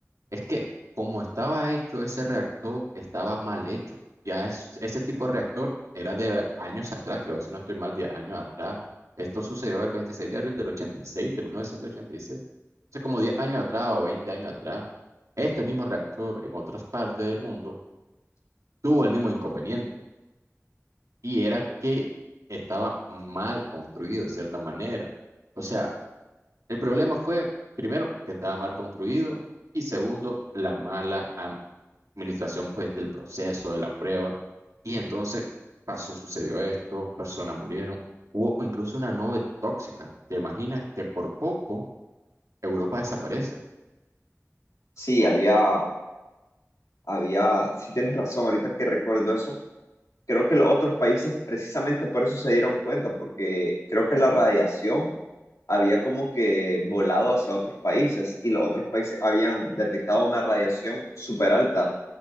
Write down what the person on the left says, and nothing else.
Sí, había, había, sí tienes razón, ahorita que recuerdo eso, creo que los otros países precisamente por eso se dieron cuenta, porque creo que la radiación había como que volado hacia otros países y los otros países habían detectado una radiación súper alta